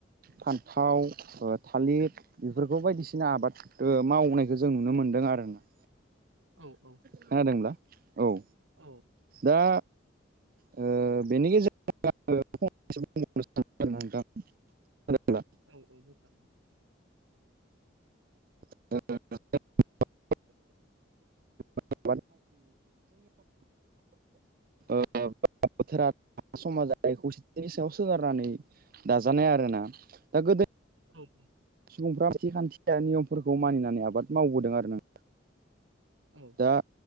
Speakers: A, on the right; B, on the right.
A: फान्थाव थालिर बेफोरखौ बायदिसिना आबाद मावनायखौ जों नुनो मोनदों आरोना
B: औ औ
A: खोनादोंब्ला औ
B: औ
A: दा ओ बेनि गेजेरजों आङो फंनैसो <unintelligible> <unintelligible> <unintelligible>
B: औ नोंगौ नोंथां
A: <unintelligible> <unintelligible> दा बोथोरा समाजारि खौसेथिनि सायाव सोनारनानै दाजानाय आरोना दा गोदो
B: औ औ
A: सुबुंफ्रा थिखान्थिया नियमफोरखौ मानिनानै आबाद मावबोदों आरो नों
B: औ
A: दा